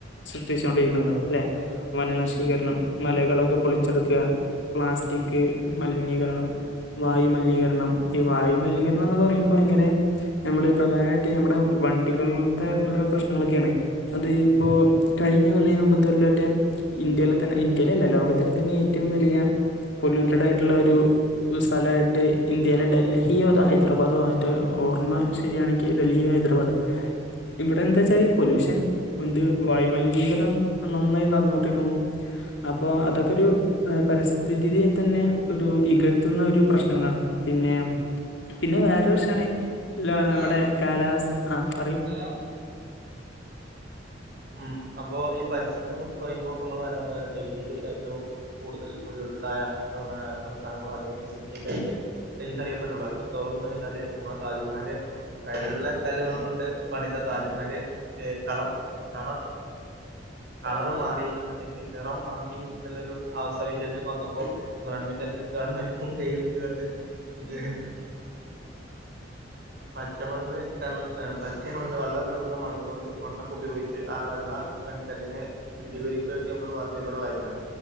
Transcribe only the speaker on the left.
സൃഷ്ടിച്ചൊണ്ടിരിക്കുന്നത് ല്ലെ വനനശീകരണം
മലകളൊക്കെ പൊളിച്ചെടുക്ക പ്ലാസ്റ്റിക് മലിനീകരണം വായുമലിനീകരണം ഈ വായുമലിനീകരണം ന്നൊക്കെ പറയുമ്പോ ങ്ങനെ ഞമ്മള് പ്രധാനായിട്ട് നമ്മടെ വണ്ടികളുടെ ഓരോ പ്രശ്നങ്ങളൊക്കെണ് അത് ഇപ്പോ കയ്ഞ്ഞ കൊല്ലേ പത്ത് കൊല്ലേറ്റെ ഇന്ത്യയിലെ തന്നെ ഇന്ത്യയിലല്ല ലോകത്തിലെ തന്നെ ഏറ്റവും വലിയ പൊലൂട്ടടായിട്ടുള്ള ഒരു ഒരു സ്ഥലായിട്ട് ഇന്ത്യയിലെ ഡൽഹിയോ അതോ ഹൈദരാബാദോ അയ്ന്റെ ഓർമ്മ ശെരിയാണെങ്കിൽ ഡൽഹി ഹൈദരാബാദോ ഇവിടെ എന്താച്ചാൽ പൊലൂഷൻ ഉണ്ട് വായുമലിനീകരണം നന്നായി നട്ന്നോണ്ടിരിക്കുന്നു അപ്പൊ അതൊക്കൊരു പരിസ്ഥിതിയെ തന്നെ ഒരു ഇകഴ്ത്തുന്നൊരു പ്രശ്നങ്ങളാണ് പിന്നെ പിന്നെ വേറെ വേർഷന് അല്ല
നമ്മുടെ കാലാവസ്ഥ ആ പറയു